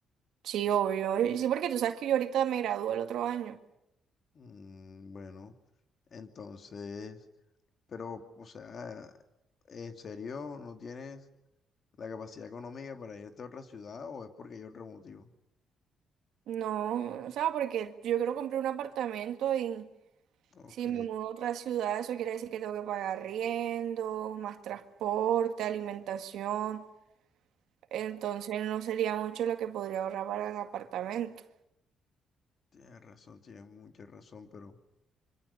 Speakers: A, on the right; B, on the left.
A: Sí, obvio. Y Sí, porque tú sabes que yo ahorita me gradúo el otro año.
B: Mm, bueno. Entonces, pero, o sea, ¿en serio no tienes la capacidad económica para irte a otra ciudad o es porque hay otro motivo?
A: No, o sea, porque yo quiero comprar un apartamento y
B: Ok,
A: si me mudo a otra ciudad, eso quiere decir que tengo que pagar riendo, más transporte, alimentación. Entonces no sería mucho lo que podría ahorrar para el apartamento.
B: tienes razón, tienes mucha razón, pero,